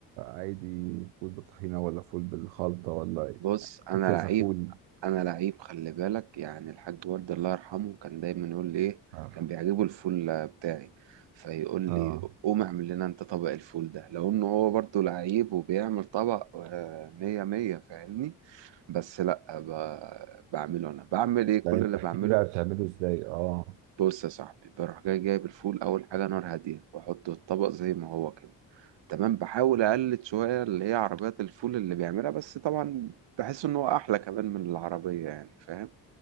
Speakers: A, on the right; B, on the right.
A: عادي فول بالطحينة ولا فول بالخلطة ولا إيه؟
B: بص انا
A: في كذا
B: لعيب
A: فول
B: انا لعيب خلي بالك يعني الحاج ورد الله يرحمه كان دايما يقول لي ايه
A: آه.
B: كان بيعجبه الفول بتاعي فيقول
A: اه
B: لي قوم اعمل لنا انت طبق الفول ده لو انه هو برضه لعيب وبيعمل طبق آه، مية مية فاهمني بس لا ب- بعمله انا بعمل ايه كل
A: لا انت
B: اللي
A: احكي
B: بعمله
A: لي بقى بتعمله ازاي اه
B: بص يا صاحبي بروح جاي جايب الفول اول حاجه نار هاديه واحطه الطبق زي ما هو كده تمام بحاول اقلد شويه اللي هي عربيات الفول اللي بيعملها بس طبعا بحس ان هو احلى كمان من العربيه يعني فاهم